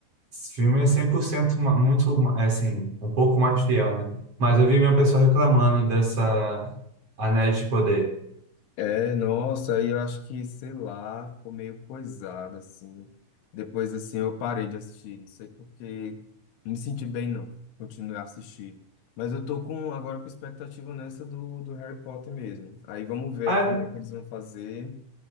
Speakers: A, on the right; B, on the left.
A: filme é 100% ma- muito, ma- é assim, um pouco mais fiel, né? Mas eu vi minha pessoa reclamando dessa Anéis de Poder.
B: É, nossa, aí eu acho que, sei lá, ficou meio coisado, assim. Depois, assim, eu parei de assistir, não sei porque não me senti bem, não, continuei a assistir. Mas eu tô com, agora com expectativa nessa do, do Harry Potter mesmo. Aí vamos ver
A: Ah,
B: como é que eles vão fazer.